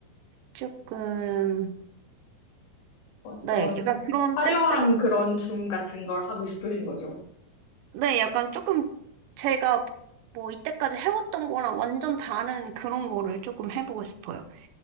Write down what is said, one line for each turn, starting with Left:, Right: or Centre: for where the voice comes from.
Right: 조금,
Left: 어떤
Right: 네, 약간 그런
Left: 화려한
Right: 댄스
Left: 그런 춤 같은 걸 하고 싶으신 거죠?
Right: 네, 약간 조금 제가 뭐 이때까지 해왔던 거랑 완전 다른 그런 거를 조금 해보고 싶어요.